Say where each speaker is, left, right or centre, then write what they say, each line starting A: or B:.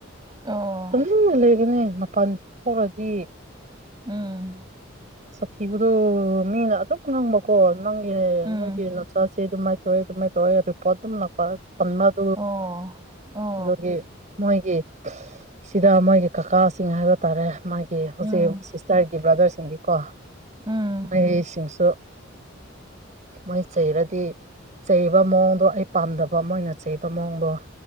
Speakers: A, on the right; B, on the right.
A: ꯑꯣ
B: ꯇꯨꯝꯃꯤꯟꯅ ꯂꯩꯒꯅꯤ ꯃꯄꯥꯟ ꯊꯣꯛꯔꯗꯤ
A: ꯎꯝ
B: ꯊꯤꯕꯗꯣ ꯃꯤꯅ ꯑꯗꯨꯝ ꯉꯥꯡꯕꯀꯣ ꯅꯪꯒꯤꯅꯦ
A: ꯎꯝ
B: ꯅꯣꯏꯒꯤ ꯅꯆꯥꯁꯤ <unintelligible> ꯑꯗꯨꯃꯥꯏ ꯇꯧꯔꯦ ꯑꯗꯨꯃꯥꯏ ꯇꯧꯔꯦ ꯔꯤꯄꯣꯔꯠ ꯑꯗꯨꯝ ꯂꯥꯛꯄ <unintelligible>
A: ꯑꯣ ꯑꯣ
B: ꯑꯗꯨꯒꯤ ꯃꯣꯏꯒꯤ ꯁꯤꯗ ꯃꯣꯏꯒꯤ ꯀꯀꯥꯁꯤꯡ ꯍꯥꯏꯕ ꯇꯥꯔꯦ ꯃꯥꯒꯤ ꯍꯧꯖꯤꯛ
A: ꯎꯝ
B: ꯁꯤꯁꯇꯔꯏꯒꯤ ꯕꯔꯗꯔꯁꯤꯡꯗꯤꯒꯤ ꯀꯣ
A: ꯎꯝ
B: ꯃꯣꯏꯁꯤꯡꯁꯨ ꯃꯣꯏ ꯆꯩꯔꯗꯤ ꯆꯩꯕ ꯃꯑꯣꯡꯗꯣ ꯑꯩ ꯄꯥꯝꯗꯕ ꯃꯣꯏꯅ ꯆꯩꯕ ꯃꯑꯣꯡꯗꯣ